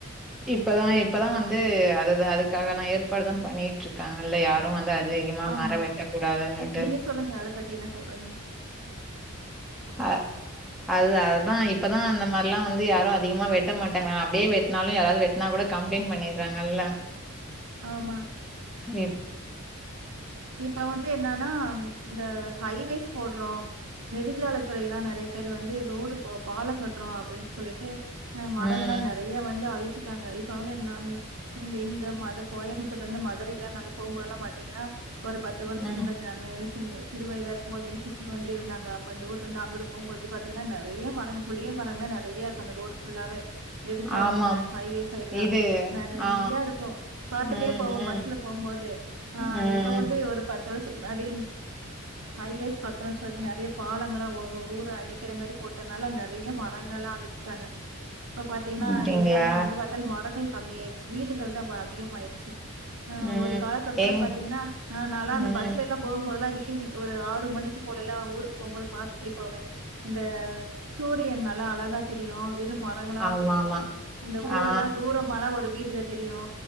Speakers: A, in the centre; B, on the right.
A: இப்பதா இப்பதா வந்து அதுதா அதுக்காக நா ஏற்பாடு தா பண்ணிட்ருக் க்காங்கல்ல யாரு வந்து அதீகமா
B: ஆமா
A: மர வெட்டக் கூடாதுன்னுட்டு
B: நீங்க சொல்லுங்க அத பத்தி என்ன சொல்றீங்க
A: ஆ அது அதா இப்பதா அந்த மார்லா வந்து யாரு அதிகமா வெட்ட மாட்டாங்னா அப்டே வெட்னாலு யாராவ்து வெடா நா கூட கம்ப்ளைண் பண்ணிறாங்கல்ல
B: ஆமா
A: எப்
B: இப்ப வந்து என்னான்னாம் இந்த ஹைவேஸ் போட்றோம் நெடுஞ்சாலை துறை எல்லா நெறைய பேர் வந்து ரோடு பா பாலங்கட்றோ அப்டின் சொல்லிட்டு அ மரங்களா
A: ம்.
B: நெறைய வந்து அழிச்சிட்டாங்க இப்ப வந்து என் னா ம்மே இந்த இந்த மது கோயம்புத்தூர்ல இருந்து மதுரைக்கல்லா நாங்க போம்போதுல்லா பாத்தீங்கன்னா ஒரு பத்து வர்ஸுக்கு
A: ம்.
B: முன்னாடி நன்னு சிந்நு சிறு வயதா இருக்கும்போதே எங்க சித்தி வந்து இருந்தாங்கப் ப்ப இந்த ஊர்லுந்து அங்குட்டு போம்போது பாத்தீங்கனா நெறையா மரங்கு புளிய மரன்தா நெறைய இருக்கு அந்த ரோட் புல்லாவே நெடுச்சாலை
A: ஆமாம்.
B: இந்த ஹைவே சைடுல்லா
A: இது
B: நெறையா
A: ஆ.
B: இருக்கு பாத்துட்டே
A: ம்.
B: போவோ
A: ம்.
B: பஸ்ல போம்போது ஆ
A: ம்.
B: இப்ப வந்து ஒரு பத்து வர்ஸோ முன்னாடிம் ஹைவேஸ் கட்றோ சொல்லி நறிய பாலங்களா ஒவ்வு ஊரா அணிக்கிற மாரி போட்டுனால நறிய மரங்களா அலி ச்சுட்டாங்க இப்ப பாத்தீன்னா
A: அப்படிங்களா?
B: எல்லாமே எங்க பாத் த்தல் மரங்கள் கம்மியாய்ர்ச் வீடுகள் தான் பா அதிகமாய்ர்ச்சு ஆ
A: ம்.
B: ஒரு காலகட்த்துல
A: எங்
B: பா்த்தீங்னா அ நால அந்த
A: ம்.
B: பஸ்ல எல்லா போம்போதெல்லா ஈவ்னி ஒரு ஆறு மணிக்கு போலல்லாம் ஊருக் போம் போது பாத்துட்டே போவே இந்த சூரியன் நல்லா அழகா தெரியு வே ட்டு மரங்களா
A: ஆமாமா.
B: தெரியு அந்த ஊரெல்லா
A: ஆ.
B: தூரம் மல ஒரு வீடுக தெரியு